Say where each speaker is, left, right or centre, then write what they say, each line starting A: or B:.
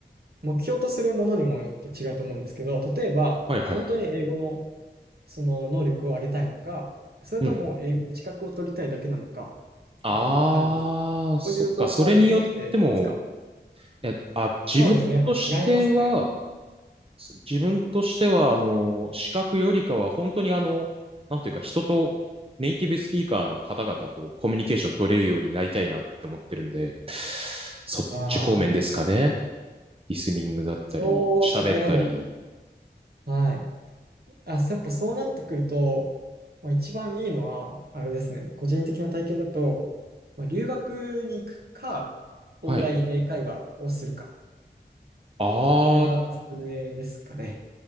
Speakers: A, on the right (about 60°); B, on the right (about 30°).
A: 目標とするものにもよって違うと思うんですけど、例えば、
B: はいはい。
A: 本当に英語のその能力を上げたいのか、それとも英語の資格を取りたいだけなのか、
B: うんああ、
A: とかあるんですけど、
B: そっか。
A: こういう方向を目指してますか
B: それによっても、え、あ、自分としては、
A: そうですね。やっぱ違いますね。
B: す自分としては、あの、視覚よりかは、本当にあの、なんていうか、人とネイティブスピーカーの方々とコミュニケーション取れるようになりたいなって思ってるんで、そっち方面ですかね。
A: ああ、
B: リスニングだったり、
A: そう、
B: 喋ったり。
A: なるほど。はい。あ、やっぱそうなってくると、まあ、一番いいのは、あれですね、個人的な体験だと、まあ、留学に行くか、オンライン英会話をするか、
B: はい。ああ、
A: これがおすすめですかね。